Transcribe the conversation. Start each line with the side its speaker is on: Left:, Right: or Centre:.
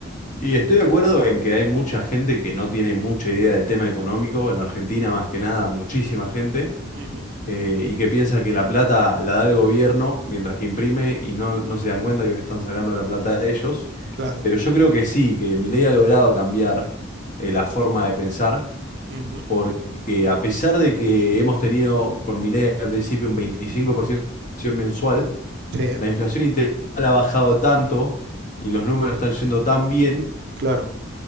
Left: Y estoy de acuerdo en que hay mucha gente que no tiene mucha idea del tema económico, en Argentina más que nada, muchísima gente,
Right: Ujú,
Left: eh, y que piensa que la plata la da el gobierno mientras que imprime y no, no se dan cuenta que le están sacando la plata a ellos.
Right: Claro,
Left: Pero yo creo que sí, que Milei ha logrado cambiar eh, la forma de pensar,
Right: ujú.
Left: porque a pesar de que hemos tenido con Milei al principio un 25% de inflación mensual,
Right: sí,
Left: la inflación integral ha bajado tanto y los números están yendo tan bien
Right: claro.